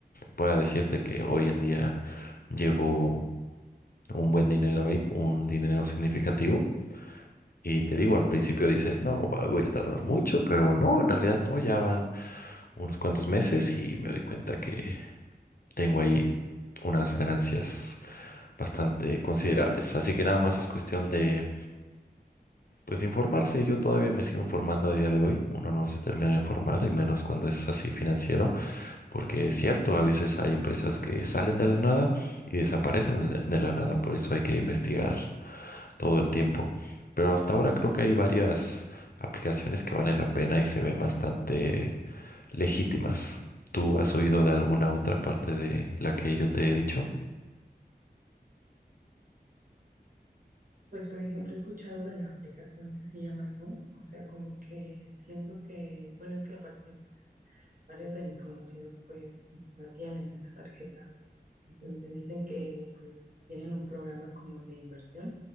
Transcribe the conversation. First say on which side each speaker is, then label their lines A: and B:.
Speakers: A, on the left (about 60°); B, on the right (about 50°).
A: pueda decirte que hoy en día llevo un buen dinero ahí, un dinero significativo. Y te digo, al principio dices, no, va- voy a tardar mucho, pero no, en realidad no, ya van unos cuantos meses y me doy cuenta que tengo ahí unas ganancias bastante considerables. Así que nada más es cuestión de, pues, de informarse. Yo todavía me sigo informando a día de hoy. Uno no se termina de informar, y menos cuando es así financiero, porque es cierto, a veces hay empresas que salen de la nada y desaparecen de de la nada. Por eso hay que investigar todo el tiempo. Pero hasta ahora creo que hay varias aplicaciones que valen la pena y se ven bastante legítimas. ¿Tú has oído de alguna otra parte de la que yo te he dicho?
B: Pues, por ejemplo, he escuchado de la aplicación que se llama Nu, o sea, como que siento que, bueno, es que aparte, pues, varios de mis conocidos, pues, sí, la tienen, esa tarjeta. Entonces dicen que, pues, tienen un programa como de inversión,